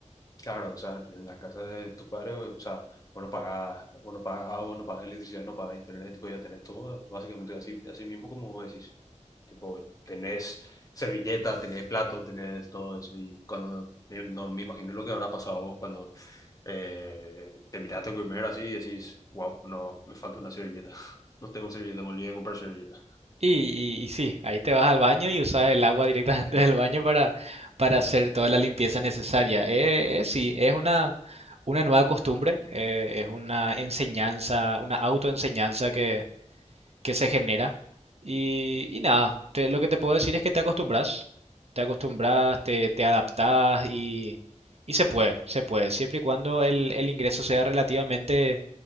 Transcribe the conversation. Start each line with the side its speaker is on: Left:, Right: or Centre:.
Left: Claro, o sea, en la casa de tu padre, o sea, bueno, pagas, bueno, pagas agua, no pagas electricidad, no pagas internet, tipo, ya tenés todo, básicamente así, así mismo como vos decís. Tipo, tenés servilleta, tenés plato, tenés todo eso. Y cuando, me- no me imagino lo que habrá pasado a vos cuando eh, te miraste a comer así y decís, wow, no, me falta una servilleta. <laughs> No tengo servilleta, me olvidé de comprar servilleta.
Right: Y, y, y sí, ahí te vas al baño y usas el agua <laughs> directamente
Left: <laughs>
Right: del baño para, para
Left: Eh,
Right: hacer toda la limpieza necesaria. Eh, eh, sí, es una, una nueva costumbre, eh, es una enseñanza, una autoenseñanza que, que se genera. Y, y nada, te- lo que te puedo decir es que te acostumbras, te acostumbras, te, te adaptas y, y se puede, se puede, siempre y cuando el, el ingreso sea relativamente